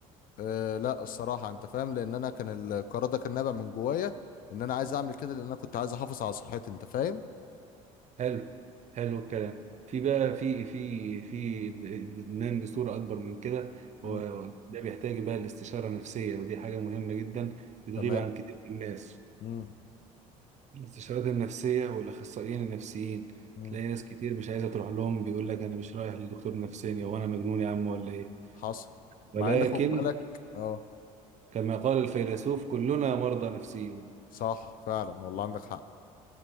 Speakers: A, on the left; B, on the right.
A: أه لا الصراحة انت فاهم لان انا كان القرار ده كان نابع من جوايا ان انا عايز اعمل كده لان انا كنت عايز احافظ على صحتي انت فاهم
B: حلو حلو الكلام في بقى في في في الادمان بصورة أكبر من كده وده
A: مم.
B: بيحتاج بقى الاستشارة النفسية ودي حاجة مهمة جدا بتغيب
A: تمام
B: عن كتير من الناس
A: مم.
B: الاستشارات النفسية والأخصائيين النفسيين
A: مم.
B: تلاقي ناس كتير مش عايزة تروح لهم بيقول لك أنا مش رايح لدكتور نفساني هو أنا مجنون يا عم ولا إيه
A: حصل
B: ولكن
A: مع ان خد بالك اه
B: كما قال الفيلسوف كلنا مرضى نفسيون
A: صح فعلا والله عندك حق